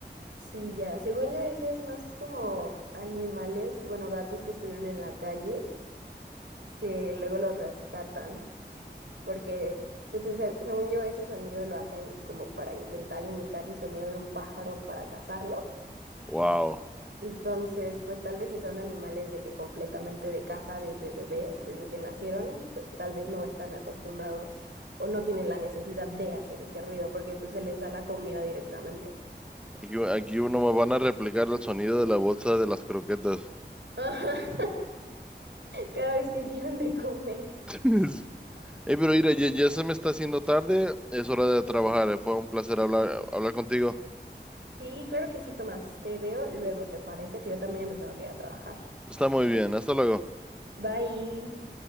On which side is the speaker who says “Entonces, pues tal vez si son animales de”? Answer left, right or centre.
Right